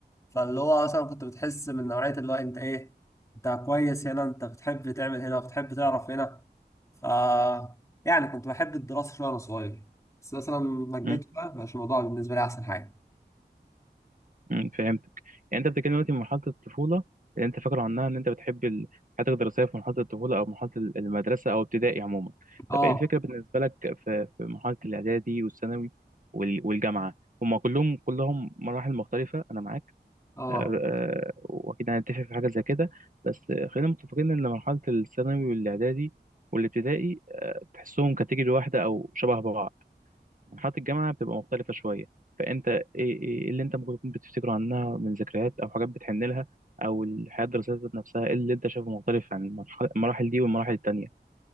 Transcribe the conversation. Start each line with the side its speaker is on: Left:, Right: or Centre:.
Left: فاللي هو مثلا كنت بتحس من نوعية اللي هو أنت إيه أنت كويس هنا أنت بتحب تعمل هنا بتحب تعرف هنا ف يعني كنت بحب الدراسة شوية وأنا صغير بس مثلا لما كبرت
Right: مم.
Left: بقى مبقاش الموضوع بالنسبة لي أحسن حاجة
Right: مم. فهمتك يعني أنت بتتكلم دلوقتي من مرحلة الطفولة اللي أنت فاكره عنها إن أنت بتحب ال- حياتك الدراسية في مرحلة الطفولة أو مرحلة ال- المدرسة أو ابتدائي عموما
Left: اه
Right: طب إيه الفكرة بالنسبة لك في في مرحلة الإعدادي والثانوي وال... والجامعة هما كلهم كلهم مراحل مختلفة أنا معاك
Left: اه
Right: آه، آه، واكيد هنتفق في حاجه زي كده بس خلينا متفقين ان مرحله الثانوي والاعدادي والابتدائي آه، تحسهم كاتيجوري واحده او شبه بعض مرحله الجامعه بتبقى مختلفه شويه فانت ايه إيه إيه اللي انت ممكن تكون بتفتكره عنها من ذكريات او حاجات بتحن لها او الحياه الدراسيه ذات نفسها ايه اللي انت شايفه مختلف عن المرحله المراحل دي والمراحل التانيه